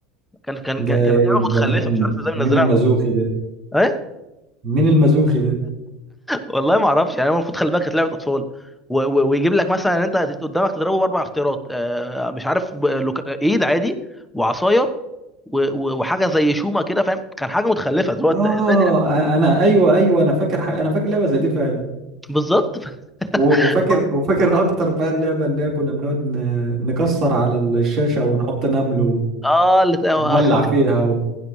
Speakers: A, in the centre; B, on the right.
A: كان كان
B: ده
A: كان- كانت
B: إيه؟
A: لعبه
B: ده
A: متخلفه
B: مين الم-
A: مش عارف ازاي
B: مين
A: منزلها
B: المازوخي
A: على الأطفال.
B: ده
A: ايه
B: مين المازوخي ده
A: والله ما اعرفش يعني هو المفروض خلي بالك كانت لعبه اطفال و... و... ويجيب لك مثلا ان انت قدامك تضربه باربع اختيارات آه مش عارف ب... لوك... ايد عادي وعصايه و... و... وحاجه زي شومه كده فاهم كان حاجه متخلفه اللي هو
B: اه
A: انت ازاي دي لعبه
B: انا ايوه ايوه انا فاكر حاجه انا فاكر لعبه زي دي فعلا
A: بالظبط <laughs> ف-
B: و- وفاكر
A: ما أعرف.
B: وفاكر اكتر بقى اللعبه اللي هي كنا بنقعد ن- نكسر على الشاشه ونحط نمل
A: اه اللي...
B: ونولع
A: <laughs>
B: فيها و...